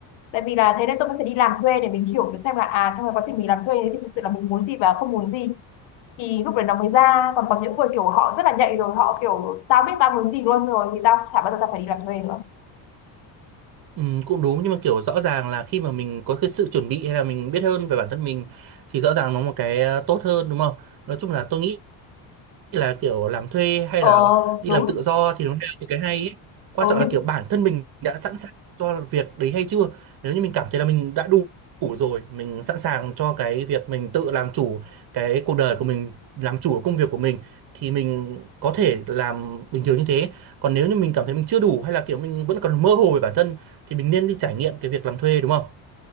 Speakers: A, on the left; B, on the right.
A: tại vì là thế nên tôi mới phải đi làm thuê để mình hiểu được xem là à trong cái quá trình mình làm thuê đấy thì thực sự là mình muốn gì và không muốn gì thì lúc đấy nó mới ra còn có những người kiểu họ rất là nhạy rồi họ kiểu tao biết tao muốn gì luôn rồi thì tao chả bao giờ tao phải đi làm thuê nữa
B: Ừm, cũng đúng, nhưng mà, kiểu, rõ ràng là khi mà mình có cái sự chuẩn bị hay là mình biết hơn về bản thân mình thì rõ ràng nó một cái, a, tốt hơn, đúng không? Nói chung là tôi nghĩ là kiểu làm thuê hay
A: ờ
B: là đi
A: đúng
B: làm tự do thì nó đều có cái hay ấy. Quan
A: ừ
B: trọng
A: nhưng
B: là kiểu bản thân mình đã sẵn sàng cho việc đấy hay chưa nếu như mình cảm thấy là mình đã đủ đủ rồi mình sẵn sàng cho cái việc mình tự làm chủ cái cuộc đời của mình làm chủ công việc của mình thì mình có thể làm bình thường như thế còn nếu như mình cảm thấy mình chưa đủ hay là kiểu mình vẫn còn mơ hồ về bản thân thì mình nên đi trải nghiệm cái việc làm thuê đúng không